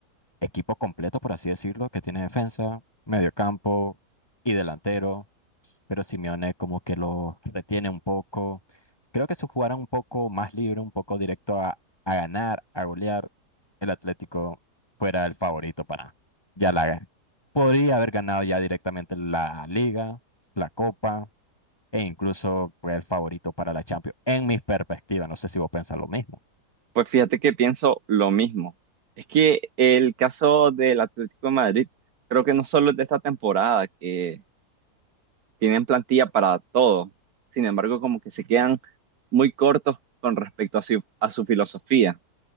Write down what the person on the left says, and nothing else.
equipo completo, por así decirlo, que tiene defensa, mediocampo y delantero. pero Simeone como que lo retiene un poco. Creo que si jugara un poco más libre, un poco directo a, a ganar, a golear, el Atlético fuera el favorito para ya la podría haber ganado ya directamente la Liga, la Copa e incluso fue el favorito para la Champions. En mi perspectiva, no sé si vos pensás lo mismo.